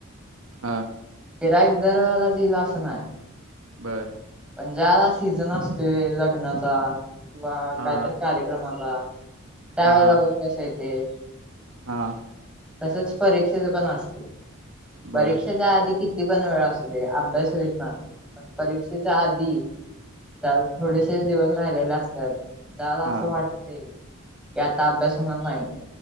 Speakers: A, on the right; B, in the centre.
A: हा.
B: गिराईक दर वेळेलाच येईल असं नाय.
A: बर.
B: जास सीझन असतोय लग्नाचा किंवा
A: हा
B: काहीतरी कार्यक्रमाचा त्यावेेळेला
A: हा
B: बघ कस येतय.
A: हा.
B: असच परीक्षेच पण असतय. परीक्षेच्या
A: बर
B: आधी किती किती पण वेळ असु दे, अभ्यास व्हित नाय पण परीक्षे च्या आधी ताल थोडेसेच दिवस राहिलेले असतात झाला असं
A: हा
B: वाटते की आता अभ्यास होणार नाही